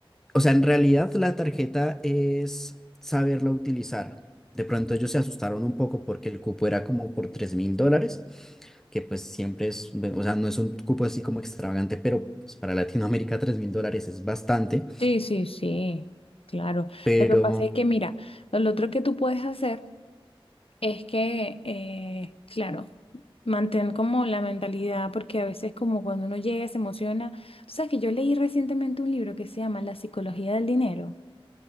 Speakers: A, in the centre; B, on the left.
A: o sea, en realidad la tarjeta es saberla utilizar. De pronto ellos se asustaron un poco porque el cupo era como por tres mil dólares, que pues siempre es, o sea, no es un cupo así como extravagante, pero pues, para Latinoamérica tres mil dólares es bastante.
B: Sí, sí, sí, claro.
A: Pero,
B: Lo que pasa es que, mira, lo otro que tú puedes hacer es que, eh, claro, mantén como la mentalidad, porque a veces como cuando uno llega se emociona. Tú sabes que yo leí recientemente un libro que se llama La psicología del dinero.